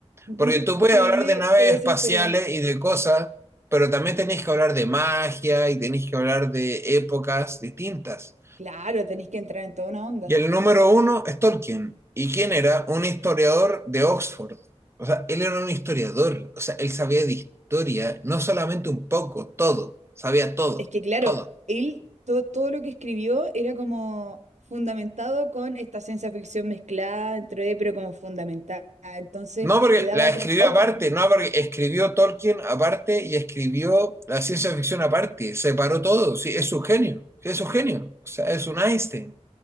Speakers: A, on the right; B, on the right.
A: encuentro
B: Porque
A: increíble
B: tú puedes hablar de naves
A: que haya
B: espaciales
A: sido historiador.
B: y de cosas, pero también tenés que hablar de magia y tenés que hablar de épocas distintas.
A: Claro, tenéis que entrar en toda una onda.
B: Y el número uno es Tolkien. ¿Y quién era? Un historiador de Oxford. O sea, él era un historiador. O sea, él sabía de historia, no solamente un poco, todo. Sabía todo,
A: Es que, claro,
B: todo.
A: él, to- todo lo que escribió era como fundamentado con esta ciencia ficción mezclada dentro de, pero como fundamental. Entonces,
B: No, porque
A: le daba
B: la
A: otro
B: escribió
A: foco.
B: aparte, no, porque escribió Tolkien aparte y escribió la ciencia ficción aparte, separó todo, sí, es un genio, sí, es un genio, o sea, es un Einstein,